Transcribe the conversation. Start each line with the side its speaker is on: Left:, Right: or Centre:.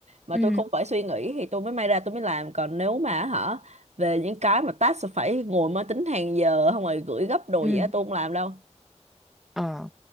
Right: mà
Centre: ừ
Right: tôi không phải suy nghĩ thì tôi mới may ra tôi mới làm còn nếu mà hả về những cái mà task phải ngồi máy tính hàng giờ không rồi gửi gấp đồ
Centre: ừ
Right: gì á tôi không làm đâu
Centre: Ờ,